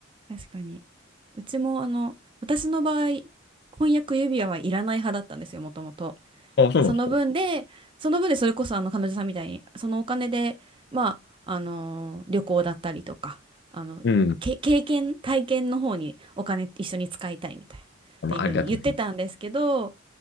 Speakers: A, on the right; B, on the left.
A: 確かに。うちもあの私の場合婚約指輪はいらない派だったんですよもともと。
B: あ、そうなんですか。
A: その分でその分でそれこそあの彼女さんみたいにそのお金でまあ、あのー旅行だったりとかあのけ経験体験の方にお金一緒に使いたいみたいなっていうふうに言ってたんですけど
B: うん。まあ、ありだと思います。